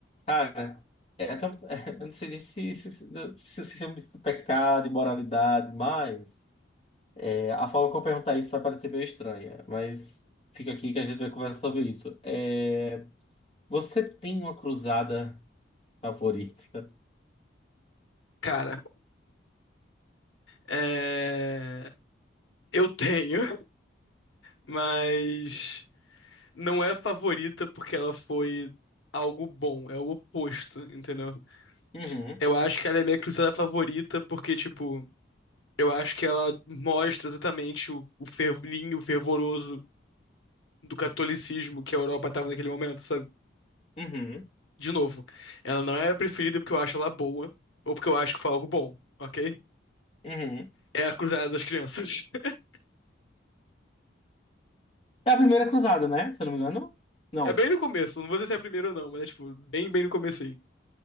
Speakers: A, on the left (about 30°); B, on the left (about 85°).
A: Cara, é até um- <laughs> eu não sei nem se se, se, se se chama isso de pecado, imoralidade, mas é, a forma como eu perguntar isso vai parecer meio estranha, mas fica aqui que a gente vai conversar sobre isso. É, você tem uma cruzada favorita?
B: Cara, é, eu tenho, mas não é favorita porque ela foi algo bom, é o oposto, entendeu?
A: Uhum,
B: Eu acho que ela é minha cruzada favorita porque, tipo, eu acho que ela mostra exatamente o, o fervinho fervoroso do catolicismo que a Europa estava naquele momento, sabe?
A: uhum,
B: De novo, ela não é a preferida porque eu acho ela boa ou porque eu acho que foi algo bom, ok?
A: uhum.
B: É a Cruzada das Crianças. <laughs>
A: É a primeira cruzada, né? Se eu não me engano. Não.
B: É bem no começo, não vou dizer se é a primeira ou não, mas é tipo, bem, bem no começo